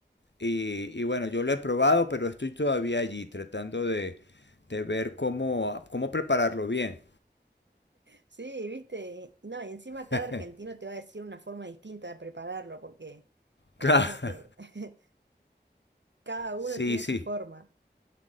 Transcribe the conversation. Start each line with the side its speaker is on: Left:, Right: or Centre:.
Left: Y, y bueno, yo lo he probado, pero estoy todavía allí tratando de, de ver cómo, cómo prepararlo bien.
Right: Sí, viste, y no, y encima cada
Left: <laughs>
Right: argentino te va a decir una forma distinta de prepararlo, porque es
Left: Claro.
Right: como que <laughs> cada uno
Left: Sí,
Right: tiene
Left: sí.
Right: su forma.